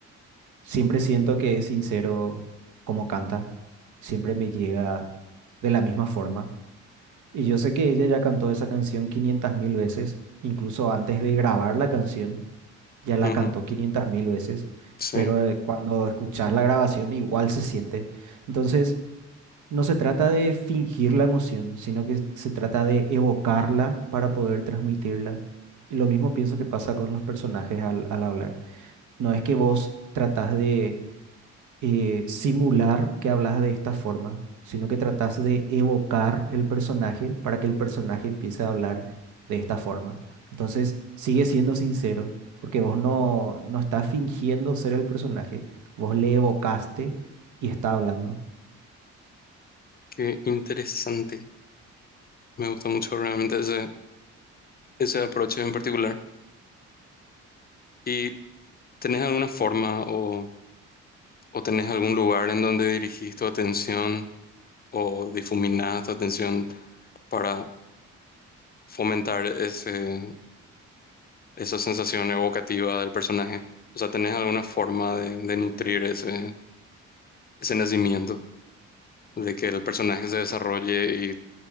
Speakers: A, on the right; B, on the left.
A: siempre siento que es sincero como canta, siempre me llega de la misma forma. Y yo sé que ella ya cantó esa canción 500 mil veces, incluso antes de grabar la canción, ya la
B: Ujú,
A: cantó 500 mil veces,
B: sí.
A: pero eh, cuando escuchas la grabación igual se siente. Entonces, no se trata de fingir la emoción, sino que se trata de evocarla para poder transmitirla. Y lo mismo pienso que pasa con los personajes al, al hablar. No es que vos tratás de eh, simular que hablas de esta forma, sino que tratas de evocar el personaje para que el personaje empiece a hablar de esta forma. Entonces, sigue siendo sincero, porque vos no, no estás fingiendo ser el personaje, vos le evocaste y está hablando.
B: Qué interesante. Me gusta mucho realmente ese, ese approach en particular. ¿Y tenés alguna forma o, o tenés algún lugar en donde dirigís tu atención o difuminás tu atención para fomentar ese, esa sensación evocativa del personaje? O sea, ¿tenés alguna forma de, de nutrir ese, ese nacimiento, de que el personaje se desarrolle y